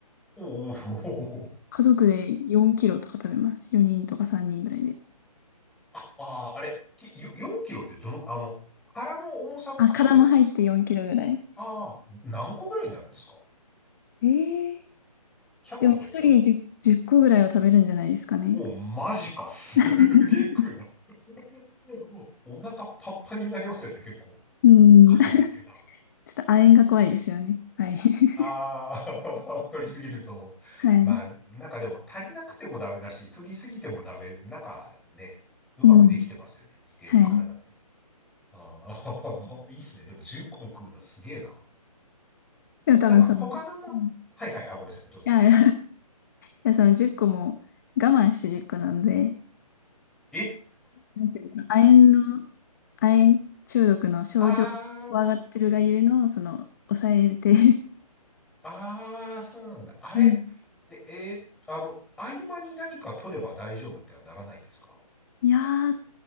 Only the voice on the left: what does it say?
家族で4キロとか食べます。4人とか3人ぐらいで。
あ、殻も入って4キロぐらい。
ええ
でも1人10、個ぐらいは食べるんじゃないですかね。
<laughs>
うん。
ちょっと亜鉛が怖いですよね。はい。<laughs>
はい。
うん。
はい。
でも多分その、
うん
いやいやや、その10個も我慢して10個なんで、
なんていうんだろう、亜鉛の、亜鉛中毒の症状を怖がってるがゆえの、
その、抑えて
<laughs> うん。
<laughs> いやー、